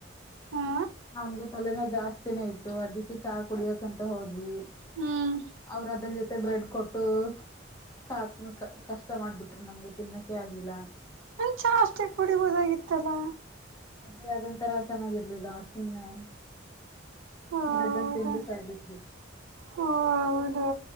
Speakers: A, on the right; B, on the left.
A: ಹಾ
B: <unintelligible> ನಮ್ಗೆ ತಲೆನೋವ್ ಜಾಸ್ತಿನೇ ಇತ್ತು ಅದಿಕ್ಕೆ ಚಾ ಕುಡಿಯಕಂತ ಹೋದ್ವಿ
A: ಹ್ಮ್
B: <unintelligible> ಅವ್ರ ಅದ್ರ ಜೊತೆ ಬ್ರೆಡ್ ಕೊಟ್ಟು ಸಾಕ್ ಕಷ್ಟ ಮಾಡ್ಬಿಟ್ ನಮ್ಗೆ ತಿನ್ನೋಕ್ಕೆೆ ಆಗಿಲ್ಲ.
A: ಚಾ ಅಷ್ಟೆ ಕುಡಿಬೋದಗಿತ್ತಲ.
B: ಅದೇ ಅದೊಂತರ ಚೆನ್ನಾಗಿರ್ಲಿಲ್ಲ ಸುಮ್ನೆ
A: ಹೌದಾ
B: <unintelligible> ಮನ್ ತಿಂದು ಕೈ ಬಿಟ್ವಿ
A: ಹೌದು